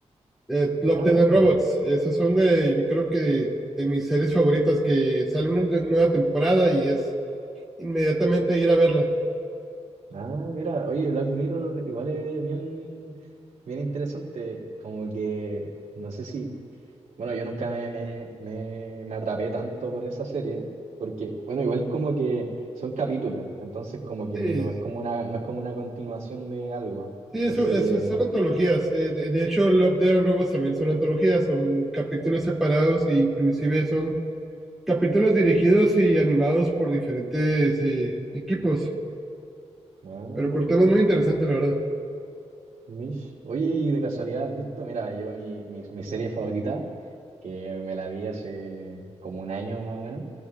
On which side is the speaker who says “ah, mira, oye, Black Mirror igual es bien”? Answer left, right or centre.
Right